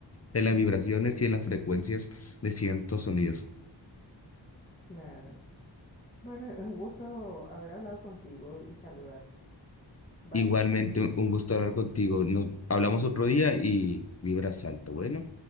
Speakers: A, on the left; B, on the left.
A: en las vibraciones y en las frecuencias de ciertos sonidos.
B: Claro. Bueno, es un gusto haber hablado contigo y saludarte. Bye.
A: Igualmente,
B: Mm.
A: un un gusto hablar contigo. Nos hablamos otro día y vibras alto. Bueno.